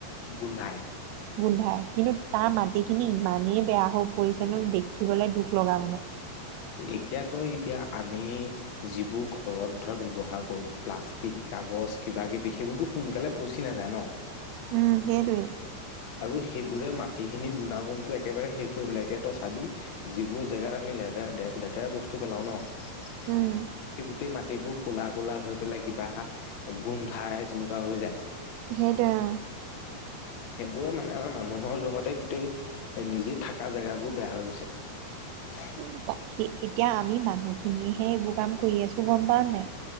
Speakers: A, on the left; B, on the right.
A: গোন্ধাই।
B: গোন্ধাই কিন্তু তাৰ মাটিখিনি ইমানেই বেয়া হৈ পৰিছে ন দেখিবলৈ দুখ লগা মানে।
A: এতিয়াতো এতিয়া আমি- যিবোৰ ঘৰত ধৰ ব্যৱহাৰ কৰো প্লাষ্টিক কাগজ কিবা কিবি সেইবোৰতো সোনকালে পচি নাযায় ন।
B: উম' সেইটোৱেই।
A: আৰু সেইবোৰে মাটিখিনিৰ গুণাগুণতটো একেবাৰে শেষ কৰি পেলাই, এতিয়া তই চাবি- যিবোৰ জেগাত আমি লেতেৰা লেতেৰা বস্তু পেলাও ন, সেই
B: উম
A: গোটেই মাটিবোৰ- কু'লা কু'লা হৈ পেলাই কিবা গোন্ধাই তেনেকুৱা হৈ যায়।
B: সেইটোৱে অঁ'।
A: সেইবোৰে মানে আও মানুহৰ জহতে গোটেই এ নিজে থাকা জেগাবোৰ বেয়া হৈ গৈছে। <inaudible>
B: উম' বাসী এতিয়া আমি মানুহখিনিয়েহে এইবোৰ কাম কৰি আছোঁ গম পোৱা নাই।